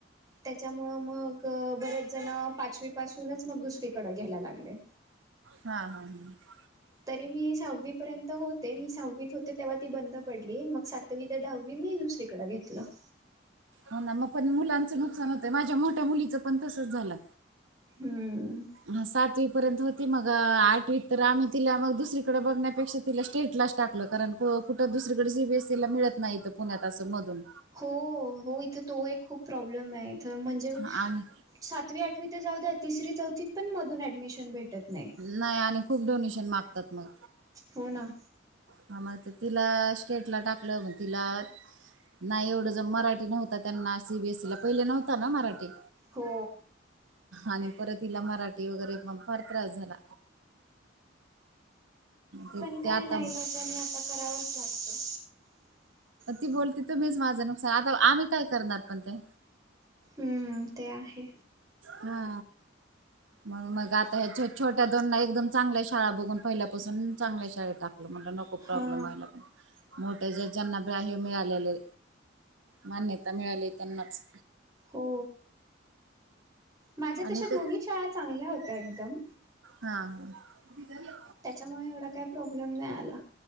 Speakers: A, on the right; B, on the right.
A: त्याच्यामुळं मग बरेच जण पाचवी पासूनच मग दुसरीकडें घ्यायला लागले.
B: हा, हा, हा...
A: तरी मी सहावी पर्यंत होते, मी सहावीत होते तेव्हा ती बंद पडली मग सात तवी ते दहावी मी दुसरीकडें घेतलं.
B: हो, ना. मग पण मुलांचं नुकसान होतंय माझ्या मोठ्या मुलीचं पण तसंच झालं.
A: हं....
B: हा, सातवी पर्यंत होती मग आठवी तर आम्ही तिला मग. दुसरीकडे बघण्यापेक्षा तिला स्टेट लाच टाकलं कारण कु कुठं दुसरीकडे सीबीएसीला मिळत. नाही इथ पुण्यात असं मधून.
A: हो हो, इथं तो एक खूप प्रॉब्लेम आहे इथ म्हणजे. देऊ
B: आणि
A: सातवी आठवी तर जाऊ द्या तिसरी चौथीत पण मधुन ऍडमिशन भेटत नाही.
B: नाही आणि खूप डोनेशन मागतात मग.
A: हो ना.
B: ह, मग तिला स्टेट ला टाकलं मग तिला. नाही एवढं ज मराठी नव्हता त्यांना सीबीएसई ला पहिले नव्हता ना मराठी.
A: हो,
B: आणि परत हिला मराठी वगैरे मग फार त्रास झाला. ते
A: पण
B: ते
A: काय
B: आता
A: ना इलजानी आता करावंच लागतं.
B: ती बोलती तो मीच माझं नु ''--'' साध आम्ही काय करणार पण ते.
A: हम्म ते आहे.
B: हा, मग मग आता छो छोट्या दोनना एकदम चांगल्या शाळा बघून पहिल्यापासून चांगल्या शाळे टाकलं म्हटलं नको.
A: हा
B: खूप प्रॉ्लेम आला पण मोठ्या ज्या ज्यांना बा्राह्य मिळालेले मान्यता मिळाली त्यांनाच.
A: हो, माझ्या
B: आणि
A: तशा दोन्ही
B: ते
A: शाळा चांगल्या होत्या एकदम.
B: हा हा, ती जरी आप''--''
A: त्याच्यामुळे एवढा काही प्रॉब्लेम नाही आला.